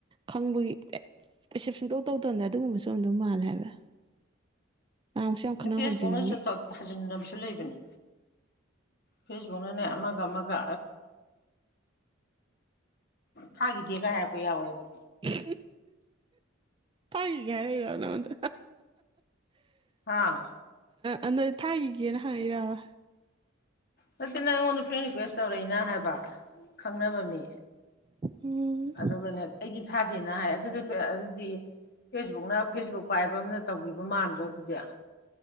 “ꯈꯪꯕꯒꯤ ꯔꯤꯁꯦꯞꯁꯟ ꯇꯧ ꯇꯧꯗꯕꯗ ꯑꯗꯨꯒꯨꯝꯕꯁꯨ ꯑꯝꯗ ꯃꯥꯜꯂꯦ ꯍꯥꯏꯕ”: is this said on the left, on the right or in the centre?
Right